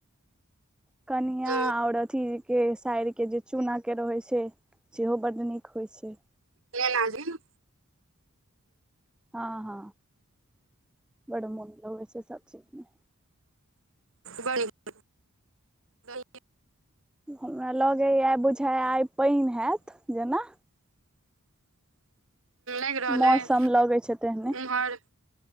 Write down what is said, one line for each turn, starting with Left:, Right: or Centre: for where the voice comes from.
Centre: कनिया
Right: हूँ
Centre: आऔर अथी के साइर के जे चूनऽ के रहै छै। सेहो बड्ड नीक होइत छै।
Right: बिएना दिन।
Centre: हँ हँ बड्ड मोन लगै छै सब चीज मे।
Right: बड नीक। <unintelligible>
Centre: हमरा लगैया बुझाया आइ पइन हैत जेना।
Right: लागि रहल
Centre: मौसम
Right: अइ
Centre: लगे छै तेहने।
Right: उम्हर